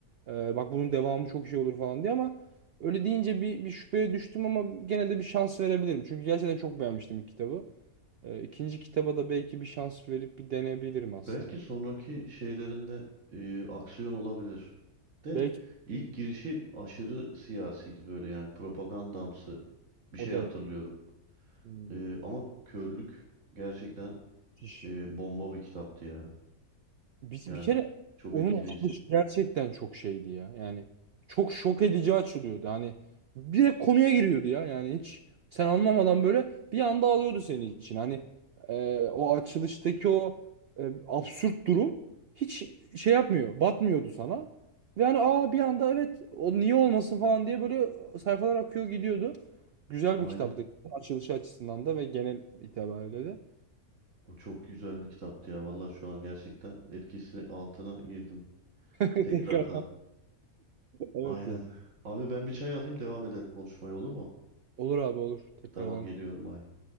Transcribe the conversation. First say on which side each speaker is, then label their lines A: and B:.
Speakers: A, on the right; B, on the right.
A: Ee, bak bunun devamı çok şey olur falan diye ama öyle deyince bir, bir şüpheye düştüm ama gene de bir şans verebilirim. Çünkü gerçekten çok beğenmiştim ilk kitabı. Ee, ikinci kitaba da belki bir şans verip bir deneyebilirim aslında.
B: Belki sonraki şeylerinde e, aksiyon olabilir. De
A: Belki
B: ilk girişi aşırı siyasiydi böyle yani propagandamsı bir
A: o
B: şey
A: derece.
B: hatırlıyorum.
A: Hmm,
B: Ee, ama körlük gerçekten
A: müthiş.
B: e, bomba bir kitaptı ya.
A: Biz
B: Yani
A: bir kere
B: çok
A: onun
B: etkileyici.
A: açılışı gerçekten çok şeydi ya. Yani çok şok edici açılıyordu. Hani direkt konuya giriyordu ya. Yani hiç sen anlamadan böyle bir anda alıyordu senin için. Hani e, o açılıştaki o e, absürt durum hiç şey yapmıyor. Batmıyordu sana. Ve hani aa bir anda evet o niye olmasın falan diye böyle sayfalar akıyor gidiyordu. Güzel
B: Aynen.
A: bir kitaptı. Açılışı açısından da ve genel itibariyle de.
B: O çok güzel bir kitaptı ya. Vallahi şu an gerçekten etkisi altına girdim.
A: Ee,
B: Tekrardan.
A: <laughs> tekrardan evet
B: Aynen.
A: ya.
B: Abi ben bir çay alayım devam edelim konuşmaya olur mu?
A: Olur abi olur. Tekrardan
B: Tamam geliyorum. Bye.